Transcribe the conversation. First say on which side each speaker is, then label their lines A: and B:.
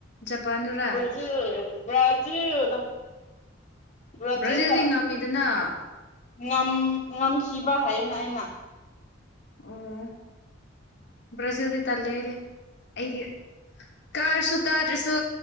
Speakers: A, on the left; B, on the left.
A: ꯖꯄꯥꯟꯗꯨꯔꯥ
B: ꯕ꯭ꯔꯖꯤꯜ ꯕ꯭ꯔꯥꯖꯤꯜ ꯕ꯭ꯔꯥꯖꯤꯜꯂ
A: ꯕ꯭ꯔꯥꯖꯤꯜꯗꯤ ꯉꯝꯃꯤꯗꯅ
B: ꯉꯝ ꯉꯝꯈꯤꯕ ꯍꯥꯏꯌꯦꯅ ꯑꯩꯅ
A: ꯑꯣ ꯕ꯭ꯔꯖꯤꯜꯗꯤ ꯇꯜꯂꯦ ꯑꯩꯗꯤ ꯑꯩꯗꯤ ꯀꯥꯔꯥꯁꯨ ꯀꯥꯗ꯭ꯔꯥꯁꯨ